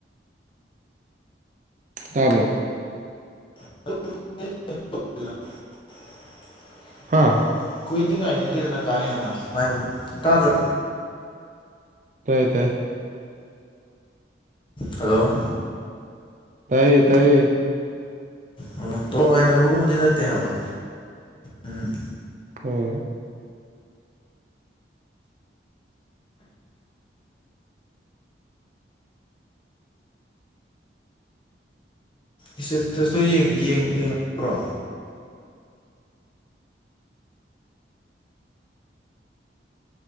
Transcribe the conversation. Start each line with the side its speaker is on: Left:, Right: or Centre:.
Right: ꯇꯥꯕ꯭ꯔꯣ
Left: <unintelligible>
Right: ꯍꯥ
Left: ꯀꯨꯏꯅꯗꯤ <unintelligible> ꯀꯥ ꯍꯦꯟꯅ ꯉꯥꯏꯕ꯭ꯔꯣ ꯇꯥꯗ꯭ꯔꯣ
Right: ꯇꯥꯏ ꯇꯥꯏ
Left: ꯍꯜꯂꯣ
Right: ꯇꯥꯏꯌꯦ ꯇꯥꯏꯌꯦ
Left: ꯑꯣ ꯇꯣꯉꯥꯟꯅꯕꯒꯨꯝꯕꯗꯤ ꯅꯠꯇꯦ ꯍꯥꯏꯕ ꯎꯝ
Right: ꯍꯣꯏ
Left: ꯏꯁꯇꯦꯇꯁꯇꯣ ꯌꯦꯡ ꯌꯦꯡ ꯌꯦꯡꯉꯛꯄ꯭ꯔꯣ